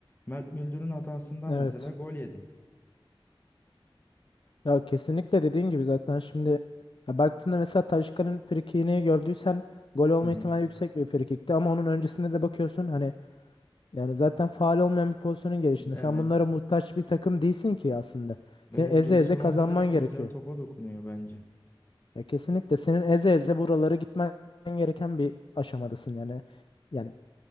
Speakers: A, on the left; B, on the left.
A: Mert Müldür'ün hatasından
B: Evet.
A: mesela gol yedin.
B: Ya kesinlikle dediğin gibi zaten şimdi ya baktığında mesela Taşkan'ın frikini gördüysen gol olma
A: Hı hı.
B: ihtimali yüksek bir frikikti ama onun öncesinde de bakıyorsun hani yani zaten faal olmayan bir pozisyonun gelişinde
A: Evet.
B: sen bunlara muhtaç bir takım değilsin ki aslında. Senin
A: Evet,
B: eze
A: Gelson
B: eze kazanman
A: orada direkt
B: gerekiyor.
A: mesela topa dokunuyor bence.
B: Ya kesinlikle senin eze eze buraları gitmen gereken bir aşamadasın yani. Yani